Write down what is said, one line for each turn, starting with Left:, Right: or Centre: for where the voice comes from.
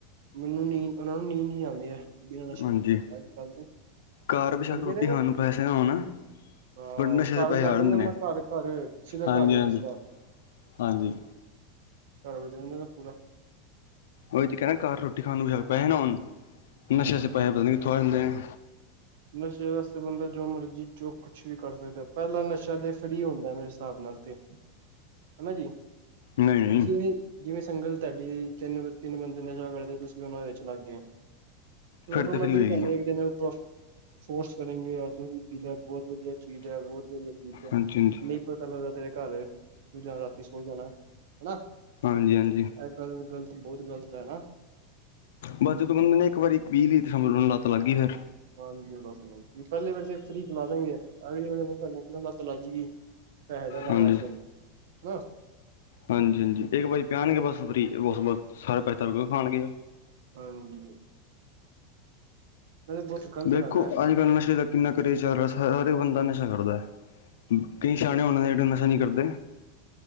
Right: ਮੈਨੂੰ ਨੀਂਦ ਉਹਨਾ ਨੂੰ ਨੀਂਦ ਹੀਂ ਆਉਦੀ ਹੈ। ਬਿਨਾਂ ਨਸ਼ੇ
Left: ਹਾਂਜੀ
Right: ਤੋਂ ਅੱਜ ਕੱਲ ਦੇ ਕੀ
Left: ਘਰ ਬੇਸ਼ੱਕ ਰੋਟੀ
Right: ਕਹਿ ਰਿਹਾ
Left: ਖਾਣ
Right: ਗਾ।
Left: ਨੂੰ ਪੈਸੇ ਨਾ ਹੋਣ
Right: ਹਾਂ
Left: ਬਟ ਨਸ਼ੇ
Right: ਘਰ
Left: ਦੇ ਪੈਸੇ
Right: ਉਜਾੜ
Left: ਹਰ
Right: ਦਿੰਦੇ
Left: ਹੁੰਦੇ ਨੇ
Right: ਹਾਂ ਘਰ ਘਰ ਕਿਸੇ ਦਾ
Left: ਹਾਂਜੀ-ਹਾਂਜੀ,
Right: ਘਰ ਨੀ ਵਸਦਾ।
Left: ਹਾਂਜੀ।
Right: ਘਰ ਉਜਾੜ ਜਾਂਦਾ ਪੂਰਾ
Left: ਉਹੀ ਤੇ ਕਹਿਣਾ ਘਰ ਰੋਟੀ ਖਾਣ ਨੂੰ ਪੈਹੇ ਨਾ ਹੋਣ ਨਸ਼ੇ
Right: ਹੂੰ
Left: 'ਚ ਪੈਹੇ ਪਤਾ ਨਹੀਂ ਕਿੱਥੋਂ ਆ ਜਾਂਦੇ ਨੇ।
Right: ਨਸ਼ੇ ਵਾਸਤੇ ਬੰਦਾ ਜੋ ਮਰਜੀ ਚੁੱਕ। ਕੁਛ ਵੀ ਕਰ ਸਕਦੇ ਪਹਿਲਾਂ ਨਸ਼ਾ ਤੇ ਫਰੀ ਹੁੰਦਾ ਮੇਰੇ ਹਿਸਾਬ ਨਾਲ ਤੇ ਹਨਾ ਜੀ।
Left: ਨਹੀਂ ਨਹੀਂ
Right: ਜਿਵੇਂ ਜਿਵੇਂ ਸਿਗਲ ਤੁਹਾਡੀ ਤਿੰਨ ਤਿੰਨ ਬੰਦੇ ਨਸ਼ਾ ਕਰਦੇ ਤੁਸੀਂ। ਤੁਸੀਂ ਵੀ ਉਹਨਾਂ ਵਿੱਚ ਲੱਗ ਗਏ।
Left: ਫਿਰ
Right: ਆਟੋਮੈਟਿਕ
Left: ਤਾਂ ਫਰੀ ਹੋਏਗੀ
Right: ਤੁਹਾਨੂੰ ਇੱਕ ਦਿਨ। ਫੋਰਸ ਕਰੇਗੇ ਯਦੂ ਵੀ ਪੀ ਲੈ ਬਹੁਤ ਵਧੀਆ ਚੀਜ਼ ਹੈ ਬਹੁਤ ਵਧੀਆ ਚੀਜ਼ ਹੈ
Left: ਹਾਂਜੀ ਹਾਂਜੀ
Right: ਨਹੀਂ। ਪਤਾ ਲੱਗਦਾ ਤੇਰੇ ਘਰ ਤੂੰ ਜਾ ਰਾਤੀ ਸੋ ਜਾਣਾ ਹਨਾ।
Left: ਹਾਂਜੀ ਹਾਂਜੀ
Right: ਇਹ ਗੱਲ ਗ਼ਲਤ ਬਹੁਤ ਗ਼ਲਤ ਹੈਾ।
Left: ਬਸ ਜਦੋਂ ਬੰਦੇ ਨੇ ਇੱਕ ਵਾਰੀ ਵੀਹ ਲੀਤ ਸੰਭ ਨੂੰ ਲੱਤ ਲੱਗਈ ਫੇਿਰ।
Right: ਹਾਂਜੀ ਲੱਤ ਲੱ ਗਈ ਪਹਿਲੇ ਵੇ ਤੇ ਫਰੀ ਖਿਲਾ ਦਗੇਂ ਲੱਤ ਲੱਗ ਜਾਏ ਗਈ। ਫਾਇਦਾ ਲੈਣ
Left: ਹਾਂਜੀ
Right: ਆਸਤੇ ਨਾ
Left: ਹਾਂਜੀ -ਹਾਂਜੀ ਇੱਕ ਵਾਰੀ ਕਹਿਣਗੇ ਬਸ ਫਰੀ ਉਸ ਤੋਂ ਬਾਅਦ ਸਾਰੇ ਪੈਹੇ ਤੁਹਾਡੇ ਕੋਲੋ ਖਾਣਗੇ।
Right: ਹਾਂਜੀ ਜੀ। ਨਾਲੇ ਬਹੁਤ ਗ਼ਲਤ
Left: ਦੇਖੋ
Right: ਗੱਲ ਹੈ
Left: ਅੱਜ ਕੱਲ੍ਹ ਨਸ਼ੇ ਦੇ ਕਿੰਨਾ ਕਰੀ ਜਾ ਯਾਰ ਸਾਰੇ ਹਰ ਇੱਕ ਬੰਦਾ ਨਸ਼ਾ ਕਰਦਾ ਹੈ ਕਈ ਸਿਆਣੇ ਹੁੰਦੇ ਨੇ ਜਿਹੜੇ ਨਸ਼ਾ ਨਹੀਂ ਕਰਦੇ।